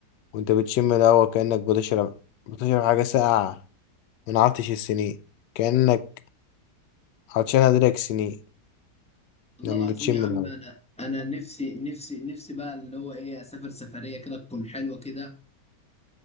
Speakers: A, on the left (about 80°); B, in the centre.
A: وانت بتشم الهوا كأنك بتشرب بتشرب حاجة ساقعة من عطش السنين كأنك عطشان هدرك سنين
B: والله
A: لما
B: العظيم
A: بتشم
B: يا عم
A: الهوا
B: أنا أنا نفسي نفسي نفسي بقى اللي هو إيه أسافر سفرية كده تكون حلوة كده